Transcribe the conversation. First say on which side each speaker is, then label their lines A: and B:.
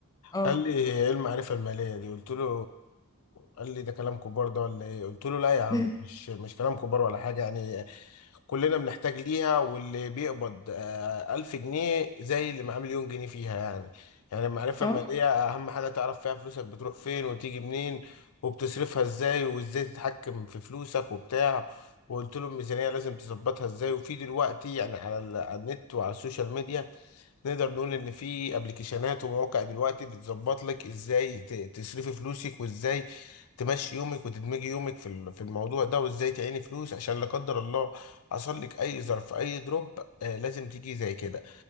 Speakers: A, on the left; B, on the left.
A: اه
B: قال لي ايه المعرفة المالية دي قلت له قال لي ده كلام كبار ده ولا ايه قلت له لا يا عم
A: <laughs>
B: مش مش كلام كبار ولا حاجة يعني كلنا بنحتاج ليها واللي بيقبض آه، ألف جنيه زي اللي معاه مليون جنيه فيها يعني يعني المعرفة
A: اه
B: المالية أهم حاجة تعرف فيها فلوسك بتروح فين وتيجي منين وبتصرفها ازاي وازاي تتحكم في فلوسك وبتاع وقلت له الميزانية لازم تظبطها ازاي وفي دلوقتي يعني على ال- على النت وعلى السوشيال ميديا نقدر نقول ان في ابلكيشنات ومواقع دلوقتي بتظبط لك ازاي ت- تصرفي فلوسك وازاي تمشي يومك وتدمجي يومك في ال- في الموضوع ده وازاي تعيني فلوس عشان لا قدر الله حصل لك اي ظرف اي دروب آه لازم تيجي زي كده